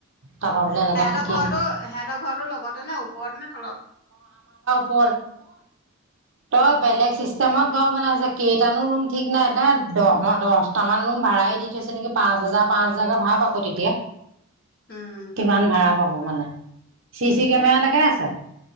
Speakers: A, on the right; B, on the left.
A: তাৰপা
B: অ
A: বোলে এনেকে
B: সিহঁতৰ
A: থাকিম
B: ঘৰটো সিহঁতৰ ঘৰটোো লগতে নে ওপৰতে নে তলত
A: প তই
B: অ'।
A: বেগি বনাই ঠিক নাই এ তটা দহ দহ তটামান ৰুম ভাড়াই দি থৈছে নেকি পাঁচ হাজাৰ পাঁচ হাজাৰকে ভা় আকৌ তেতিয়া
B: উম,
A: কিমান ভা়া পাব মানে শিশি
B: সেইয়াই
A: কেমেৰা লাগে আছে